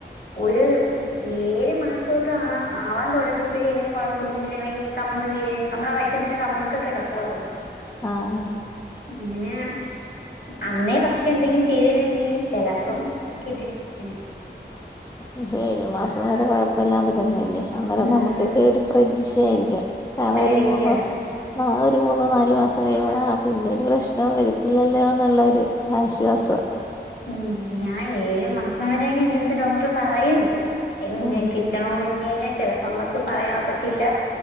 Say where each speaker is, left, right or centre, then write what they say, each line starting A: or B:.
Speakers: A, on the left; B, on the left.
A: ഒരു ഏഴ് മാസൊ ക്കാ ആവാൻ തുടങ്ങിയപ്പഴേ ഇവന് കുഴപ്പൊന്നുല്ലവെ കമന്ന് വീഴേം നമ്മുടെ വൈറ്റിതന്നെ കമന്നൊക്കെ കിടക്കുവാരുന്നു <inaudible>
B: ആ
A: അങ്ങനെ അന്നേ പക്ഷെ എന്തെങ്കിലും ചെയ്തിരുന്നെങ്കി ചെലപ്പം കിട്ടിപ്പോയേനെ
B: ഒരു ഏഴ് മാസം വരെ കൊഴപ്പില്ലാതിരുന്നെയല്ലേ അന്നേരം
A: ഉം
B: നമുക്കൊക്കെ
A: ഉം
B: ഒരു പ്രതീഷ ആയില്ലേ കാണ
A: പ്രതീക്ഷയാ
B: പോകുമ്പോ ആ ഒരു മൂന്ന നാലു മാസം കഴിയുമ്പൊ പിന്നെ ഒരു പ്രശ്നം വരത്തില്ലല്ലോ എന്നുള്ള ഒരു ആശ്വാസവാ
A: <inaudible> ഉം ഞാ ഏഴ് മാസം വരെയൊക്കെ എൻ്റെയടുത്ത് ഡോക്ടറ് പറയും എന്റെ
B: ഉം
A: കി ട്ടണോന്നില്ല ചെലപ്പോ മ്മക്ക് പറയാ ഒക്കത്തില്ല